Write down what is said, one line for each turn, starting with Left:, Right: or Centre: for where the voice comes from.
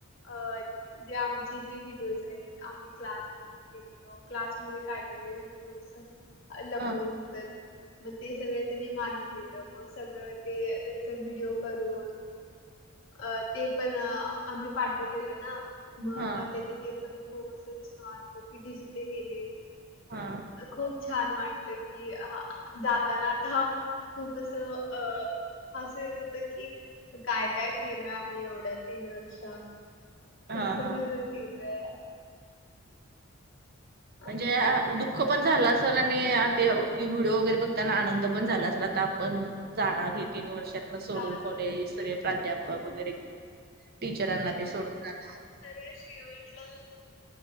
Left: अं जे आमचे जे व्हिडिओज आहेत आम्ही क्लास केलतो, क्लासमध्ये काढलेले व्हिडिओज लपवून
Right: हा
Left: तर, मग ते सगळं त्यांनी मागितलेलं मग सगळं ते त्याचं व्हिडिओ करून अं ते पण आम्ही पाठवलेलं ना मग
Right: हा
Left: त्यांनी ते पण खूप असं छान पैकी डिस्प्ले केले.
Right: हां...
Left: खूप छान वाटलं की, हा हा जाताना आता खूप असं अ हासिर्र होतं की काय काय केलं आम्ही एवढ्या तीन वर्ष?
Right: हा
Left: कस्स कसं
Right: हा
Left: केलंय? असं
Right: म्हणजे अंआ दुः खुपच झालं असेल आणि ते व्हिडिओ वगरे बघताना आनंद पण झाला असेल आता आपण जाणार हे तीन वर्षात सोडुन
Left: जाणार
Right: कॉलेज,
Left: होय
Right: सगळे प्राध्यापक वगरे, टीचरांना ते सोडून जाणार
Left: सगळ्यात शेवटला